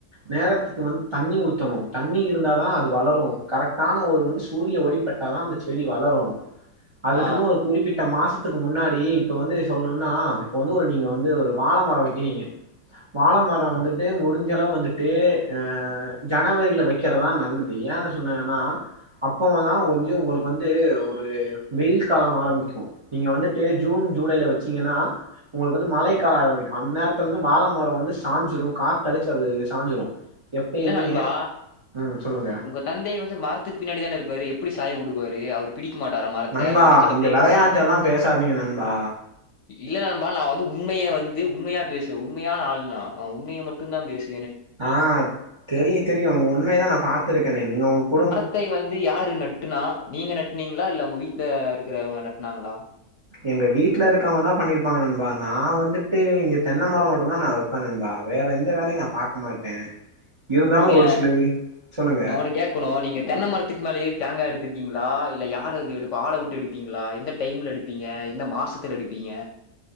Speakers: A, on the right; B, on the left.
A: நேரத்துக்கு வந்து தண்ணி ஊத்தணு தண்ணி இருந்தா தா அது வளரு கரெக்டான ஒரு சூரிய ஒலி பட் டாதா அந்த செடி வளரு அதுக்குன்னு
B: ஆ.
A: ஒரு குறிப்பிட்ட மாசத் துக்கு முன்னாடி இப்ப வந்து சொல்ணுன்னா இப்ப வந்து ஒரு நீங்க வந்து ஒரு வாழ மரோ வக்கிறீங்க வாழ மரோ வந்துட்டு முடிஞ்சளவு வந்துட்டு அ ஜனவரில வைக் கறதா நல்லது ஏன்னு சொன்னீங்கன்னா அப்பவ தா வந்து உங்களுக்கு வந்து அ வெயில் காலம் ஆரம்பிக்கு நீங்க வந்துட்டு ஜூன் ஜூலைல வச்சீங்கன்னா உங்களுக் வந்து மழை கால ஆரம்பக்கு அந்த நேரத்துல இருந்து வாழ மரம் வந்து சாஞ்சிரு காத்து அடிச்சு அது சாஞ்சிரு எப்பயுமே
B: இல்ல நண்பா,
A: ம் சொல்லுங்க
B: உங்க தந்தையே வந்து மரத்துக் பின்னாடி தான இருப்பாரு எப்படி சாய உடுவாரு அவரு பிடிக்க மாட்டாரா மரத்த
A: நண்பா
B: பிடிச்சு அப்டி
A: இந்த வெளையாட்டு எல்லா பேசாதீங்க நண்பா
B: இல்ல நண்பா நா வந்து உண்மைய வந்து உண்மையா பேசுவே உண்மையான ஆள் நா நா உண்மைய மட்டு தா பேசு
A: ஆ தெரியு தெரியு உங்க உண்மையதா நா பாத்துருக்கேனே நீங்க உங் குடும்
B: த்தை வந்து யாரு நட்டுனா நீங்க நட்னீங்களா இல்ல உங்க வீட்டுல இருக்கிறங்க நட்டுனாங்களா
A: எங்க வீட்ல இருக்கவங்க தா பண்ணிருப்பாங்க நண்பா நா வந்துட்டு இங்க தென்ன மரோ மட்டுதா நா வெப் ப நண்பா வேற எந்த வேலையு நா பாக்க மாட்டே இருந்தாலு
B: நீங்க
A: ஒரு சில வி சொல்லுங்க
B: ந ஒண்ணு கேட்கணு நீங்க தென்ன மரத்துக் மேல ஏறி தேங்கா எடுத்திருக்கீங்களா இல்ல யாரது எடுப்பா ஆள உட்டு எடுப்பீங்களா எந்த டைம்ல எடுப் பீங்க எந்த மாசத்துல எடிப்பீங்க